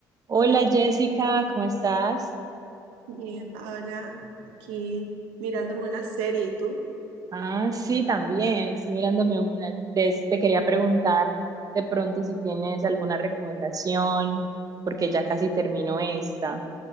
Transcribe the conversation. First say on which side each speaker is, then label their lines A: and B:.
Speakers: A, on the right; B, on the right.
A: Hola Jessica, ¿cómo estás?
B: Bien, Paola, aquí mirándome una serie, ¿y tú?
A: Ah, sí, también, estoy mirándome una. Des- te quería preguntar de pronto si tienes alguna recomendación, porque ya casi termino esta